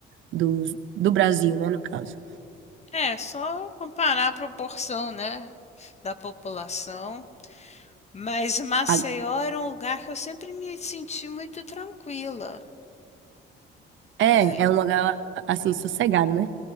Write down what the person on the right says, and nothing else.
dos, do Brasil, né, no caso.
A-
É,
é um lugar, assim, sossegado, né?